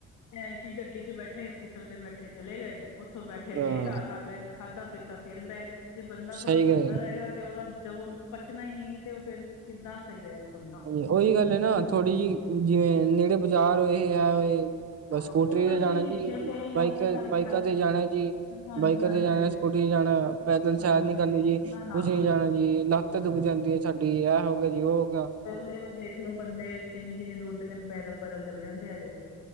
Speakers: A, on the left; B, on the right.
A: ਐ ਕੀ ਗੱਡੀ 'ਚ ਬੈਠੇ, ਸਕੂਟਰ ਤੇ ਬੈਠੇ ਚਲੇ ਗਏ। ਉੱਥੋਂ ਬੈਠੇ
B: ਹਾਂ
A: ਫੇਰ ਘਰ ਆ ਗਏ। ਖਾਧਾ ਪੀਤਾ ਫਿਰ ਬਹਿ ਗਏ। ਜੇ ਬੰਦਾ
B: ਸਹੀ
A: ਥੋੜ੍ਹਾ ਘੁੰਮਦਾ
B: ਗ
A: ਰਹਿ ਰ‌ਏਗਾ ਤੇ ਉਹਦਾ ਜਬ ਉਹਨੂੰ ਪੱਚਣਾ ਈ ਨਹੀਂ ਤੇ ਉਹ ਫੇਰ ਕਿੱਦਾਂ ਸਹੀ ਰਹੇਗਾ ਬੰਦਾ।
B: ਹਾਂਜੀ ਉਹੀ ਗੱਲ ਏ ਨਾ। ਥੋੜੀ ਜਿਹੀ, ਜਿਵੇਂ ਨੇੜੇ ਬਾਜ਼ਾਰ ਹੋਏ, ਐ ਹੋਏ।
A: ਹਾਂ
B: ਬਸ ਸਕੂਟਰੀ
A: ਉਹ ਵੀ
B: ਤੇ
A: ਅਸੀਂ
B: ਜਾਣਾ ਜੀ।
A: ਰਿਕਸ਼ੇ ਤੇ ਜਾਂ
B: ਬਾਈਕਾ-ਬਾਈਕਾ
A: ਉੱਤੇ ਚੜ੍ਹ ਕੇ
B: ਤੇ ਜਾਣਾ ਜੀ।
A: ਹਾਂਜੀ
B: ਬਾਈਕਾ
A: ਹਾਂਜੀ
B: ਤੇ ਜਾਣਾ ਸਕੂਟੀ 'ਚ ਜਾਣਾ। ਪੈਦਲ ਸੈਰ
A: ਹਾਂਜੀ
B: ਨੀ ਕਰਨੀ ਜੀ।
A: ਨਾ ਨਾ
B: ਕੁਛ ਨੀ ਜਾਣਾ ਜੀ। ਲੱਤ
A: ਹਾਂਜੀ
B: ਦੁੱਖ ਜਾਂਦੀ ਐ ਸਾਡੀ। ਆ ਹੋ ਗਿਆ ਜੀ, ਉਹ ਹੋ ਗਿਆ।
A: ਪਹਿਲੇ ਦੇ ਦੇਖਲੋ ਬੰਦੇ, ਕਿੰਨੀ-ਕਿੰਨੀ ਦੂਰ ਤੇਕਨ ਪੈਦਲ-ਪੈਦਲ ਚਲ ਜਾਂਦੇ ਹੈਗੇ ਸੀ।